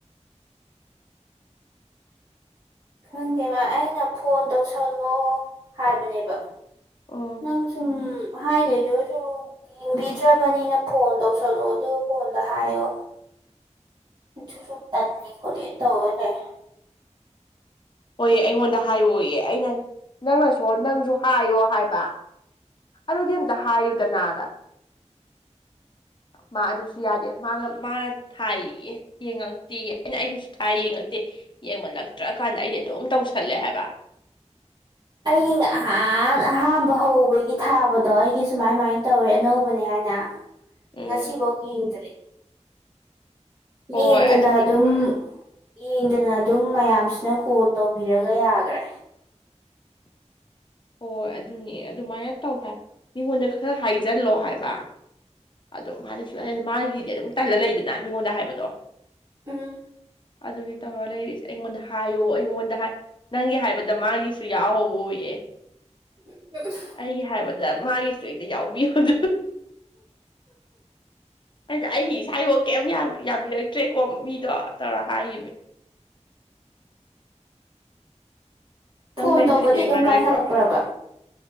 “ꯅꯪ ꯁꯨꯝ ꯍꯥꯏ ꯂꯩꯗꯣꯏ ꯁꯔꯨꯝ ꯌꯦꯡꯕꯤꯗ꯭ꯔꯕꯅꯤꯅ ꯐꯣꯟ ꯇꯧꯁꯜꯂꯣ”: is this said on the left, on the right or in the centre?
Right